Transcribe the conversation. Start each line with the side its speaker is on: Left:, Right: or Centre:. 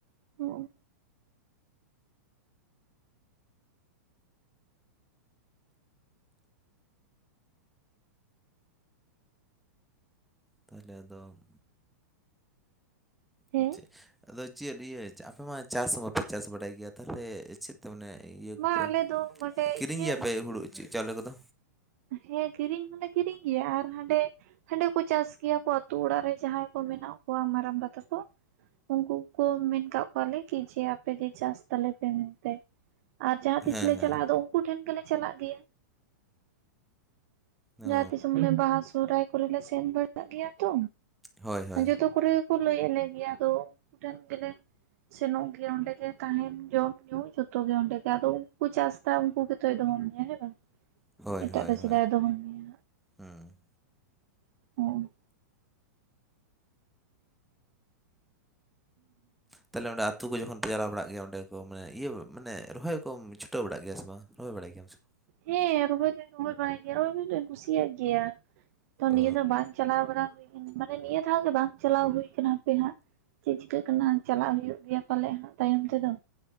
Right: ᱦᱩ
Centre: ᱛᱟᱦᱞᱮ ᱟᱫᱚᱢ
Right: ᱦᱮᱸ
Centre: ᱟ ᱪᱮᱜ ᱟᱫᱚ ᱪᱮᱫ ᱤᱭᱟᱹ ᱟᱯᱮ ᱢᱟ ᱪᱟᱥ ᱦᱚᱸ ᱵᱟᱯᱮ ᱪᱟᱥ ᱵᱟᱲᱟᱭ ᱜᱮᱭᱟ ᱛᱟᱦᱞᱮ ᱪᱮᱫ ᱛᱟ ᱢᱟᱱᱮ ᱤᱭᱟᱹ
Right: ᱵᱟ
Centre: ᱠᱚᱯᱮ
Right: ᱟᱞᱮ ᱫᱚ ᱚᱸᱰᱮ
Centre: ᱠᱤᱨᱤᱧ
Right: ᱤᱭᱟᱹ
Centre: ᱜᱮᱭᱟᱯᱮ ᱦᱩᱲᱩ ᱪᱟᱣᱞᱮ ᱠᱚᱫᱚ?
Right: ᱦᱮᱸ ᱠᱤᱨᱤᱧ ᱦᱚᱸᱞᱮ ᱠᱤᱨᱤᱧ ᱜᱮᱭᱟ ᱟᱨ ᱦᱟᱸᱰᱮ ᱦᱟᱸᱰᱮ ᱠᱚ ᱪᱟᱥ ᱜᱮᱭᱟ ᱠᱚ ᱟᱛᱩ ᱚᱲᱟᱜ ᱨᱮ᱾ ᱡᱟᱦᱟᱸᱭ ᱠᱚ ᱢᱮᱱᱟᱜ ᱠᱚᱣᱟ ᱢᱟᱨᱟᱝᱵᱟ ᱛᱟᱠᱚ ᱩᱝᱠᱩ ᱠᱚ ᱢᱮᱱ ᱠᱟᱜ ᱠᱚᱣᱟᱞᱮ᱾ ᱠᱤ ᱡᱮ ᱟᱯᱮ ᱜᱮ ᱪᱟᱥ ᱛᱟᱞᱮ ᱯᱮ ᱢᱮᱱᱛᱮ ᱟᱨ ᱡᱟᱦᱟᱸ ᱛᱤᱥ
Centre: ᱦᱮᱸ
Right: ᱞᱮ
Centre: ᱦᱮᱸ
Right: ᱪᱟᱞᱟᱜᱼᱟ ᱟᱫᱚ ᱩᱝᱠᱩ ᱴᱷᱮᱱ ᱜᱮᱞᱮ ᱪᱟᱞᱟᱜ ᱜᱮᱭᱟ᱾
Centre: ᱚ
Right: ᱡᱟᱦᱟᱸᱛᱤᱥ ᱢᱟᱱᱮ ᱵᱟᱦᱟ ᱥᱚᱦᱨᱟᱭ ᱠᱚᱨᱮᱞᱮ ᱥᱮᱱ ᱵᱟᱲᱟᱜ ᱜᱮᱭᱟ ᱛᱚ
Centre: ᱦᱳᱭ ᱦᱳᱭ
Right: ᱡᱚᱛᱚ ᱠᱚᱨᱮ ᱠᱚ ᱞᱟᱹᱭᱟᱞᱮ ᱜᱮᱭᱟ ᱟᱫᱚ ᱩᱝᱠᱩ ᱴᱷᱮᱱ ᱜᱮᱞᱮ ᱥᱮᱱᱚᱜ ᱜᱮᱭᱟ ᱚᱸᱰᱮ ᱜᱮ ᱛᱟᱦᱮᱱ ᱡᱚᱢ ᱧᱩ ᱡᱚᱛᱚ ᱜᱮ ᱚᱸᱰᱮ ᱜᱮ ᱟᱫᱚ ᱩᱝᱠᱩ ᱪᱟᱥ ᱫᱟ ᱩᱝᱠᱩ ᱜᱮᱛᱚᱭ ᱫᱚᱦᱚ ᱢᱮᱭᱟ ᱦᱮᱸ ᱵᱟᱝ?
Centre: ᱦᱳᱭ
Right: ᱮᱴᱟᱜ
Centre: ᱦᱳᱭ
Right: ᱫᱚ
Centre: ᱦᱳᱭ
Right: ᱪᱮᱫᱟᱜ ᱮ ᱫᱚᱦᱚ ᱢᱮᱭᱟ
Centre: ᱦᱩᱸ
Right: ᱦᱚᱸ
Centre: ᱛᱟᱞᱮ ᱚᱸᱰᱮ ᱟ ᱛᱩ ᱠᱚ ᱡᱚᱠᱷ ᱯᱮ ᱪᱟᱞᱟᱣ ᱵᱟᱲᱟᱜ ᱜᱮᱭᱟ ᱚᱸᱰᱮ ᱠᱚ ᱢᱟᱱ ᱤᱭᱟᱹ ᱢᱟᱱᱮ ᱨᱚᱦᱚᱭ ᱠᱚᱢ ᱪᱷᱩᱴᱟᱹᱣ ᱵᱟᱲᱟᱜ ᱜᱮᱭᱟ ᱥᱮ ᱵᱟᱝ ᱨᱚᱦᱚᱭ ᱵᱟᱲᱟᱭ ᱜᱮᱭᱟᱢ ᱥᱮ ᱵᱟᱝ?
Right: ᱦᱮᱸ ᱨᱚᱦᱚᱭ ᱫᱚᱧ ᱨᱚᱦᱚᱭ ᱵᱟᱲᱟᱭ ᱜᱮᱭᱟ ᱨᱚᱦᱚᱭ ᱫᱚᱧ ᱠᱩᱥᱤᱭᱟᱜ ᱜᱮᱭᱟ ᱛᱚ ᱱᱤᱭᱟᱹ
Centre: ᱚ
Right: ᱫᱚ ᱵᱟᱝ ᱪᱟᱞᱟᱣ ᱵᱟᱲᱟ ᱦᱩᱭ ᱠᱟᱱ ᱢᱟᱱᱮ ᱱᱤᱭᱟᱹ ᱫᱷᱟᱣ ᱜᱮ ᱵᱟᱝ ᱪᱟᱞᱟᱣ ᱦᱩᱭᱠᱟᱱᱟ ᱟᱯᱮ ᱦᱟᱸᱜ᱾ ᱪᱮᱜ ᱪᱤᱠᱟᱹᱜ ᱠᱟᱱᱟ ᱪᱟᱞᱟᱜ ᱦᱩᱭᱩᱜ ᱜᱮᱭᱟ ᱯᱟᱞᱮᱜ ᱦᱟᱸᱷ ᱛᱟᱭᱚᱢ ᱛᱮᱫᱚ᱾